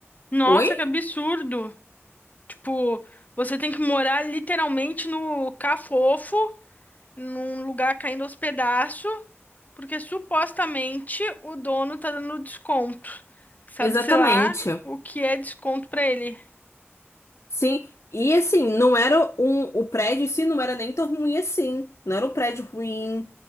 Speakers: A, on the left; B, on the left.
A: Nossa,
B: Oi?
A: que absurdo. Tipo, você tem que morar literalmente no Cafofo num lugar caindo aos pedaços, porque supostamente o dono tá dando desconto. Sabe-se
B: Exatamente.
A: lá o que é desconto pra ele.
B: Sim, e assim, não era um, o prédio em si não era nem tão ruim assim. Não era um prédio ruim,